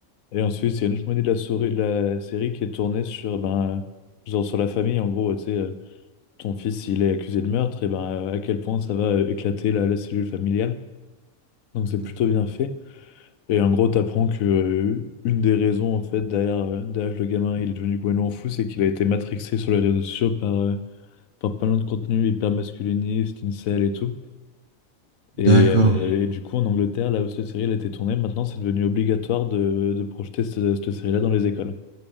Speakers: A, on the left; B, on the right.
A: et ensuite il y a une autre moitié de la, souris- de la série qui est tournée sur, ben, euh, genre sur la famille, en gros, tu sais, euh, ton fils il est accusé de meurtre, et ben euh, à quel point ça va euh, éclater la la cellule familiale. Donc c'est
B: D'accord.
A: plutôt bien fait. Et en gros, t'apprends que euh, une des raisons en fait derrière, euh, derrière que le gamin il est devenu complètement fou, c'est qu'il a été matrixé sur les réseaux sociaux par, euh, par plein de contenus hyper masculinistes, incel et tout. Et,
B: D'accord.
A: euh,
B: Et-
A: et du coup, en Angleterre, là où cette série elle a été tournée, maintenant c'est devenu obligatoire de, de projeter cette, cette série-là dans les écoles.